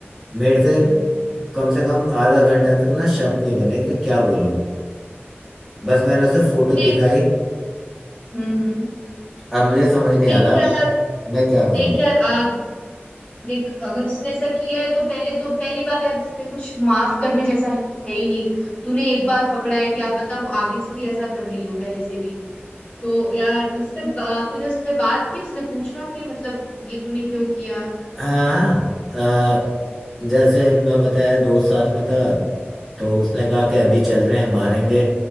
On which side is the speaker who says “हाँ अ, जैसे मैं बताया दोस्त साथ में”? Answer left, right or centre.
Centre